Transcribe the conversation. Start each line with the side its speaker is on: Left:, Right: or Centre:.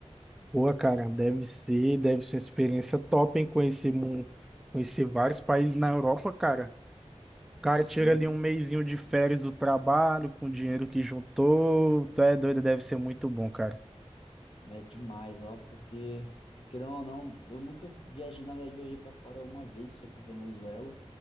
Centre: Boa, cara, deve ser, deve ser uma experiência top, hein? Conhecer, mu- conhecer vários países na Europa, cara. O cara
Left: Sim,
Centre: tira ali um mesinho de férias do trabalho, com o dinheiro que juntou. Tu é doido, deve ser muito bom, cara.
Left: é demais, ó, porque, querendo ou não, eu nunca viajei, na verdade, eu viajei pra fora uma vez, foi pra Venezuela,